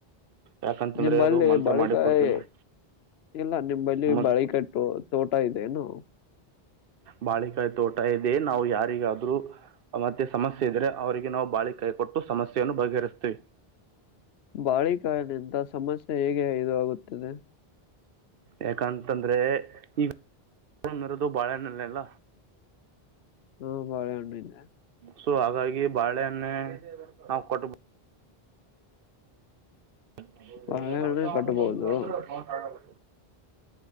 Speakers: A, on the right; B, on the left.
A: ಯಾಕಂತಂದರೆ
B: ನಿಂಬಲ್ಲಿ
A: ಅದು ಮಂತ್ರ
B: ಬಾಳಿಕಾಯಿ
A: ಮಾಡಿ ಕೊಡ್ತೀವಿ ನಾವು
B: ಇಲ್ಲ ನಿಲ್ಲಿ
A: ಮತ್ತು
B: ಬಾಳಿಕಟ್ಟು ತೋಟ ಇದೆೇನು
A: ಬಾಳೆಕಾಯಿ ತೋಟ ಇದೆ ನಾವು ಯಾರಿಗಾದ್ರು ಮತ್ತೆ ಸಮಸ್ಯೆ ಇದ್ರೆ ಅವರಿಗೆ ನಾವು ಬಾಳಿಕಾಯಿ ಕೊಟ್ಟು ಸಮಸ್ಯೆಯನ್ನು ಬಗೆಹರಿಸ್ತೇವಿ
B: ಬಾಳೆ ಕಾಯಿ ನಿಂದ ಸಮಸ್ಯೆ ಹೇಗೆ ಇದು ಆಾಗುತ್ತದೆ
A: ಯಾಕಂತಂದ್ರೆ ಈಗರದು ಬಾಳೆನಲ್ಲಲ್ಲ
B: ಹ್ಮಬಾಳೆ ಹಣ್ಣು ಇಲ್ಲ
A: ಸೊ ಹಾಗಾಗಿ ಬಾಳೆೆಯನ್ನೆ ನಾವು ಕೊಟ್ಟಬ ಹ ಹೌ
B: ಬಾಳೆಹಣ್ಣು
A: ಈಗ ಬರ್ತಾವ
B: ಕಟ್ಬೋದು
A: ಬಂದು ಅಂದ್ರೆ ಆದು